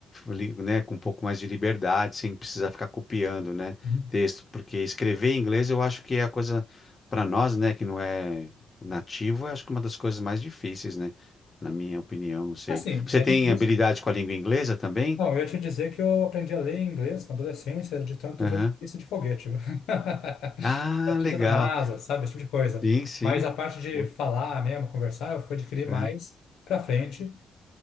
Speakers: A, on the left (about 30°); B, on the left (about 80°).
A: li- né, com um pouco mais de liberdade, sem precisar ficar copiando, né,
B: Uhum.
A: texto, porque escrever em inglês eu acho que é a coisa para nós, né, que não é nativo, eu acho que é uma das coisas mais difíceis, né? Na minha opinião, não sei.
B: Assim,
A: Você
B: é
A: tem
B: difícil.
A: habilidade com a língua inglesa também?
B: Não, eu ia te dizer que eu aprendi a ler inglês na adolescência de tanto
A: Aham.
B: ver notícia de foguete. viu? <laughs>
A: Ah,
B: artista
A: legal.
B: da NASA, sabe? Esse tipo de coisa.
A: Sim, sim.
B: Mas a parte de
A: Put-
B: falar mesmo, conversar, eu fui adquirir mais
A: aham.
B: pra frente,